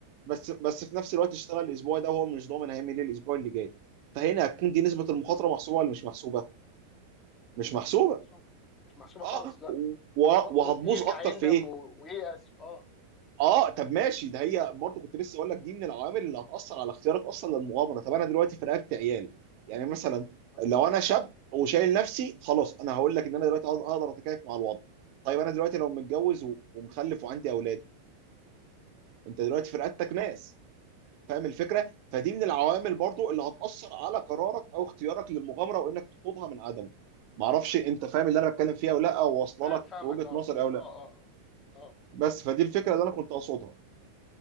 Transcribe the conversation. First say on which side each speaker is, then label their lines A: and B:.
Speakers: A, on the right; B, on the left.
A: بس بس في نفس الوقت اشتغل الاسبوع ده وهو مش ضامن هيعمل ايه الاسبوع اللي جاي فهنا هتكون دي نسبه المخاطره محسوبه ولا مش محسوبه مش محسوبه
B: مش محسوب مش محسوبه
A: اه
B: خالص لا
A: و-
B: م-
A: وهتبوظ
B: ممكن يرجع
A: اكتر
B: يندم
A: في ايه؟
B: و- وييأس اه
A: اه طب ماشي ده هي برضه كنت لسه اقول لك دي من العوامل اللي هتاثر على اختيارك اصلا للمغامره طب انا دلوقتي في رقبتي عيال يعني مثلا
B: اه
A: لو انا شاب وشايل نفسي خلاص انا هقول لك ان انا دلوقتي هقدر هقدر اتكيف مع الوضع طيب انا دلوقتي لو متجوز و- ومخلف وعندي اولاد انت دلوقتي في رقبتك ناس فاهم الفكره؟ فدي من العوامل برضه اللي هتاثر على قرارك او اختيارك للمغامره وانك تخوضها من عدمه معرفش انت فاهم اللي انا بتكلم فيها ولا لا او واصله
B: فا-
A: لك
B: فاهمك
A: وجهه
B: اه
A: نظري او لا
B: اه اه اه آه.
A: بس فدي الفكره اللي انا كنت اقصدها